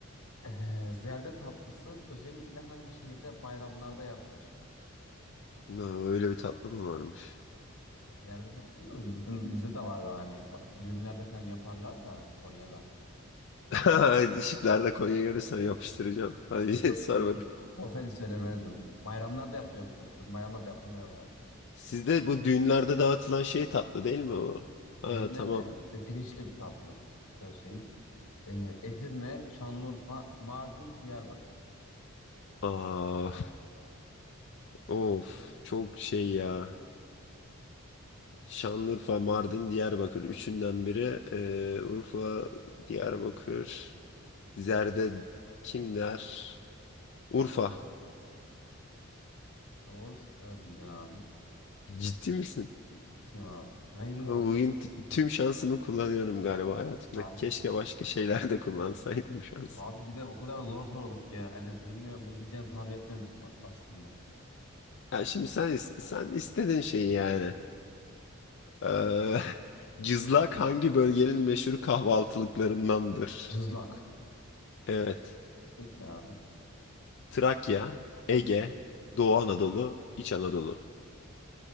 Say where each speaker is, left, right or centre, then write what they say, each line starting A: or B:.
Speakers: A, on the left (about 80°); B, on the left (about 55°).
A: Ee, zerde tatlısı özellikle hangi şehirde bayramlarda yapılır?
B: Aa, Öyle bir tatlı mı varmış?
A: Zerde tatlısı mı? Bizim, bize de var o hani ba- düğünlerde falan yaparlar da Konya'da.
B: <laughs> Işıklarda Konya görürsem yapıştıracağım. Hadi
A: Yok,
B: <laughs> sor
A: yok.
B: bak.
A: Olsaydı söylemezdim. Bayramlarda yapılıyormuş bu. Bizim bayramlarda yapılmıyor bu arada.
B: Sizde bu düğünlerde dağıtılan şey tatlı değil mi o? Ha,
A: Dürne
B: tamam.
A: ve pirinçli bir tatlı. Öyle söyleyeyim. Ee, Edirne, Şanlıurfa, Mardin, Diyarbakır.
B: Aa, Of çok şey ya. Şanlıurfa, Mardin, Diyarbakır. Üçünden biri. Ee, Urfa, Diyarbakır. Zerde kim der? Urfa.
A: Doğru e, bildin abi.
B: Ciddi misin?
A: Gittiğim abi. Hayırlı
B: Bugün
A: olsun.
B: t- tüm şansımı kullanıyorum galiba hayatımda.
A: Abi,
B: Keşke başka şeyler de kullansaydım şansı.
A: abi bir de o kadar zor sorduk ya. Hani bilmiyorum bunu bileceğini tahmin etmemiştim as- aslında.
B: Ya şimdi sen is- sen istedin şeyi yani. Ee, <laughs> cızlak hangi bölgenin meşhur kahvaltılıklarındandır?
A: Cızlak.
B: Evet.
A: Peki abi.
B: Trakya, Ege, Doğu Anadolu, İç Anadolu.